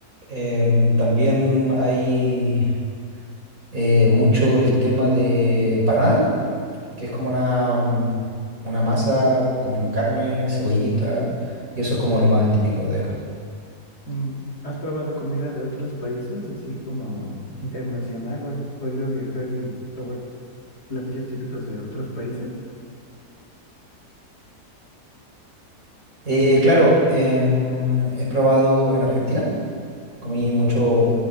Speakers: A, on the right; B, on the left.
A: Em, también hay eh, mucho el tema de empanada, que es como una, mm, una masa con carne, cebollita, y eso es como lo más típico de acá.
B: Mm, ¿Has probado comida de otros países, así como internacional, o has podido viajar y probar platillos típicos de otros países?
A: Eh, claro, em, he probado en Argentina, comí mucho